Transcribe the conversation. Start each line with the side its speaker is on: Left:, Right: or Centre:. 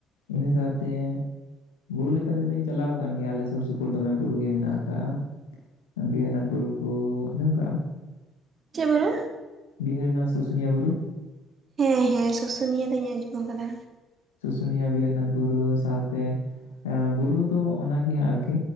Left: ᱤᱱᱟ ᱥᱟᱶᱛᱮ ᱵᱩᱨᱩ ᱞᱮᱠᱟ ᱛᱮᱫᱚᱧ ᱪᱟᱹᱞᱟᱣᱼᱼ ᱠᱟᱱ ᱜᱮᱭᱟ ᱞᱮ ᱥᱩᱨ ᱥᱩᱯᱩᱨ ᱫᱚᱢᱮ ᱵᱩᱨᱩ ᱜᱮ ᱢᱮᱱᱟᱜ ᱠᱟᱜᱼᱟ᱾ ᱫᱤᱭᱮ ᱚᱱᱟ ᱵᱩᱨᱩ ᱠᱚ ᱟᱸᱡᱚᱢ ᱠᱟᱜᱼᱟᱢ?
Right: ᱪᱮᱫ ᱵᱩᱨᱩ
Left: ᱵᱤᱦᱟᱨᱤᱱᱟ ᱥᱩᱥᱩᱱᱤᱭᱟ ᱵᱩᱨᱩ
Right: ᱦᱮᱸ ᱦᱮᱸ ᱥᱩᱥᱩᱱᱤᱭᱟ ᱫᱚᱧ ᱟᱸᱡᱚᱢ ᱟᱠᱟᱫᱟ᱾
Left: ᱥᱩᱥᱩᱱᱤᱭᱟ ᱵᱤᱦᱟᱨᱤᱱᱟᱛᱷ ᱵᱩᱨᱩ ᱥᱟᱶᱛᱮ ᱵᱩᱨᱩ ᱫᱚ ᱚᱱᱟᱜᱮ ᱦᱟᱸᱜ ᱟᱨᱠᱤ